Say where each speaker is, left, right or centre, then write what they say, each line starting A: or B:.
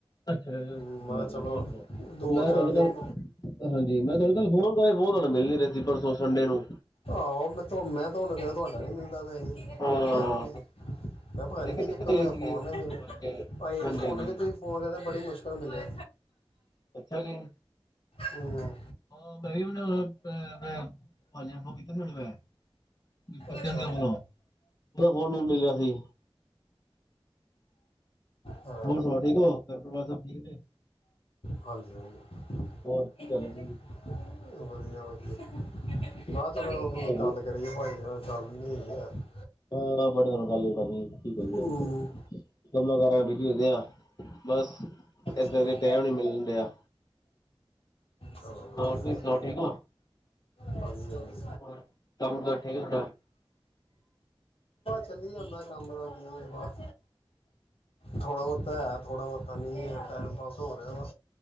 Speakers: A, on the left (about 40°); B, on the left (about 75°).
A: ਅੱਛਾ ਚੰਗੀ
B: ਮੈਂ ਕਿਹਾ
A: ਗੱਲ
B: ਚਲੋ
A: ਹੈ। ਹੋਰ ਸੁਣਾਓ? ਉਹ
B: ਦੋ
A: ਮੈਂ
B: ਚਾਰ
A: ਤੁਹਾਨੂੰ
B: ਦਿਨ
A: ਕੱਲ ਹਾਂਜੀ ਮੈਂ ਤੁਹਾਨੂੰ ਕੱਲ ਫੋਨ ਕਰ ਫੋਨ ਤੁਹਾਨੂੰ ਮਿਲਣ ਨਹੀਂ ਰਿਹਾ ਸੀ ਪਰਸੋਂ ਸੰਡੇ ਨੂੰ
B: ਆਹੋ ਮੈਂ ਥਾਨੂੰ ਮੈਂ ਤੁਹਾਨੂੰ ਕਿਹਾ ਤੁਹਾਡਾ ਨੀ ਮਿਲਦਾ ਪਿਆ ਹੀ
A: ਹਾਂ।
B: ਮੈਂ ਕਿਹਾ ਪਤਾ ਨੀ ਕਿ ਮੈਂ ਪਤਾ ਨੀ
A: ਕਿੱਥੇ
B: ਕਿ ਚੱਕਰ
A: ਗਏ
B: ਹੋਆ
A: ਸੀਗੇ,
B: ਫੋਨ ਨੇ ਮੈਨੂੰ
A: ਹਾਂਜੀ
B: ਭਾਈ ਹੁਨ
A: ਹਾਂਜੀ,
B: ਵੀ ਤੁਸੀ ਫੋਨ ਕਰਦਾ ਬੜੀ ਮੁਸ਼ਕਿਲ ਮਿਲੇ
A: ਅੱਛਾ ਜੀ।
B: ਹਮਮ
A: ਹਾਂ ਬਾਈ ਉਹ <unintelligible> ਮੈਂ ਫੋ ਕੀਤਾ ਸੀੂੰ ਮੈਂ ਪੁੱਛਿਆ
B: ਅੱਛਾ
A: ਸੀ ਉਹ ਕੋਲੋਂ <unintelligible> ਉਹਦਾ ਫੋਨ ਮੈਂਨੂੰ ਮਿਲਿਆ ਸੀ
B: ਹਾਂ
A: ਦੇਠਕੋ <unintelligible> ਘਰ ਪਰਿਵਾਰ ਸਭ ਠੀਕ ਨੇ
B: ਹਾਂਜੀ ਹਾਂਜੀ
A: ਹੋਰ ਕੀ ਕਰ ਰਹੇ ਸੀ
B: ਵਧੀਆ ਵਧੀਆ ਮ <unintelligible> ਚਲੋ
A: ਹੋਰ ਕੀ
B: ਗ
A: ਕਰ ਰਹੇ ਹੋ
B: ਲ ਕਰੀਏ ਭਾਈ ਸ਼ਾਮੀ ਨੇ <unintelligible>
A: ਹਾਂ ਬੜੇ ਦਿਨ ਗੱਲ ਹੀ ਬਣੀ ਕੀ ਕਰੀਏ
B: ਹੂੰ
A: ਕੰਮਾਂ ਕਾਰ ਬਿੱਜੀ ਹੋਏ ਦੇ ਹਾਂ ਬਸ ਇਸ
B: ਅੱਛਾ।
A: ਕਰਕੇ ਟਾਈਮ ਨੀ ਮਿਲਣ ਡਿਆ
B: ਚਲੋ
A: ਹੋਰ
B: ਵਧੀਆ।
A: ਤੁਸੀਂ ਸੁਣਾਓ ਠੀਕ ਹੋ
B: ਹਾਂਜੀ ਹਾਂਜੀ
A: ਹੋਰ ਕੰਮ ਕਾਰ ਠੀਕ ਆ ਤੁਹਾਡਾ?
B: ਚੱਲ ਜਾਂਦਾ ਕੰਮ ਲਾ ਵਾ। ਥੋੜਾ- ਬਹੁਤਾ ਹੈ, ਥੋੜਾ- ਬਹੁਤਾ ਨਹੀਂ ਹੈ, ਟਾਈਮ ਪਾਸ ਹੋ ਰਿਹਾ।